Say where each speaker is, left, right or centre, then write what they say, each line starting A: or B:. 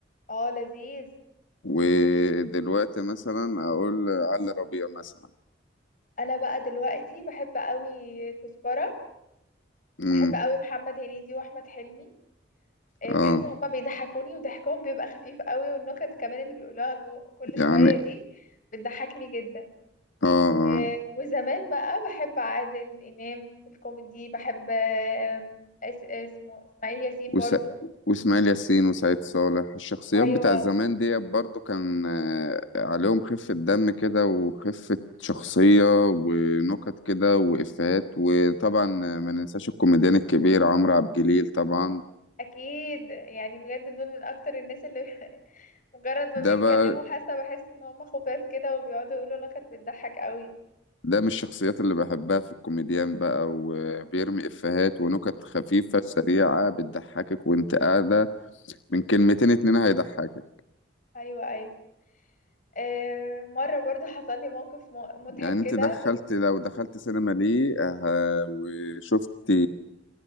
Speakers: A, on the left; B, on the left.
A: اه لذيذ
B: ودلوقتي مثلا أقول علي ربيع مثلا
A: أنا بقى دلوقتي بحب قوي كزبرة
B: مم.
A: بحب قوي محمد هنيدي واحمد حلمي آه،
B: آه
A: بحس ان هما بيضحكوني وضحكهم بيبقى خفيف قوي والنكت كمان اللي بيقولوها جو- كل
B: يعني
A: شوية دي بتضحكني جدا
B: آه آه
A: آه، وزمان بقى بحب عادل امام في الكوميدي بحب آم، اس اسمه اسماعيل ياسين
B: وس...
A: برضو
B: واسماعيل ياسين وسعيد صالح الشخصيات
A: ايوه
B: بتاع زمان دي برضو كان آه، عليهم خفة دم كده وخفة شخصية ونكت كده وإفيهات وطبعا آه، ما ننساش الكوميديان الكبير عمرو عبد الجليل طبعا
A: اكيد يعني بجد دول من اكتر الناس اللي <laughs> مجرد ما
B: ده
A: بيتكلموا
B: بقى
A: حاسه بحس ان هم خفاف كده وبيقعدوا يقولوا نكت بتضحك قوي
B: ده من الشخصيات اللي بحبها في الكوميديان بقى وبيرمي إفيهات ونكت خفيفة سريعة بتضحكك وانت قاعدة من كلمتين اتنين هيضحكك
A: ايوه ايوه آه، مرة برضو حصل لي موقف م- مضحك
B: يعني
A: كده
B: انت دخلت
A: كنت
B: لو دخلت سينما ليه آه، وشفت